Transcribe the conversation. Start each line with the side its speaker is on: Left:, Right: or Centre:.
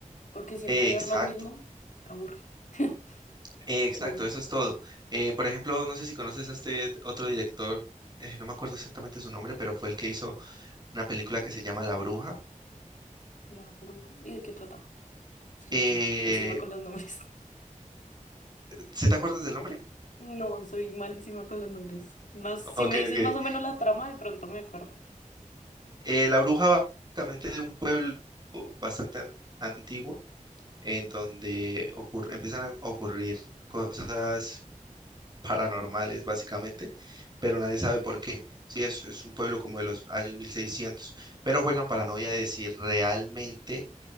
Left: porque siempre
Right: Exacto,
Left: ver lo mismo aburre. <laughs>
Right: exacto,
Left: Sí,
Right: eso es todo. Eh, por ejemplo, no sé si conoces a este otro director, eh, no me acuerdo exactamente su nombre, pero fue el que hizo una película que se llama La Bruja.
Left: la bruja. ¿Y de qué trata? Es que
Right: Eh,
Left: yo soy pésima con los nombres. <laughs>
Right: ¿sí te acuerdas del nombre?
Left: No, soy malísima con los nombres. Más, si
Right: Ok,
Left: me dices
Right: ok.
Left: más o menos la trama, de pronto me acuerdo.
Right: Eh, la bruja va básicamente de un pueblo bastante an- antiguo en donde ocurre, empiezan a ocurrir cosas paranormales básicamente, pero nadie sabe por qué. Sí, es, es un pueblo como de los años mil seiscientos. pero
Left: Ah,
Right: juegan paranoia de si realmente